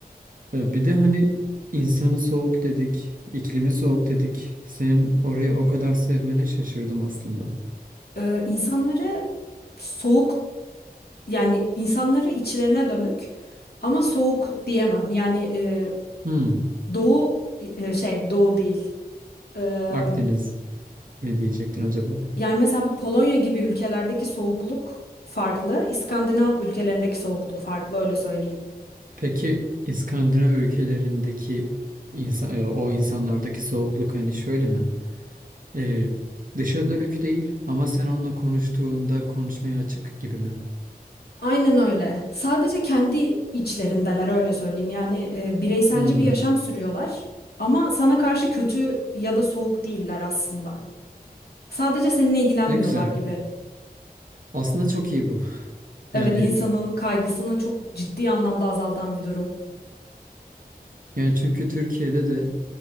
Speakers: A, on the right; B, on the left.
A: e, bir de hani insanı soğuk dedik, iklimi soğuk dedik. Senin orayı o kadar sevmene şaşırdım aslında.
B: Ee, insanları soğuk yani insanları içlerine dönük ama soğuk diyemem. Yani e,
A: Hmm,
B: doğu e, şey doğu değil. Ee,
A: Akdeniz mi diyecektin acaba?
B: yani mesela bu Polonya gibi ülkelerdeki soğukluk farklı. İskandinav ülkelerindeki soğukluk farklı öyle söyleyeyim.
A: Peki İskandinav ülkelerindeki insan e, o insanlardaki soğukluk hani şöyle mi? E, dışa dönük değil ama sen onunla konuştuğunda konuşmaya açık gibi mi?
B: Aynen öyle. Sadece kendi içlerindeler öyle söyleyeyim. Yani e, bireyselci
A: Hmm,
B: bir yaşam sürüyorlar ama sana karşı kötü ya da soğuk değiller aslında. Sadece seninle ilgilenmiyorlar
A: ne güzel.
B: gibi.
A: Aslında çok iyi bu. <laughs>
B: Evet,
A: Yani
B: insanın kaygısını çok ciddi anlamda azaltan bir durum.
A: yani çünkü Türkiye'de de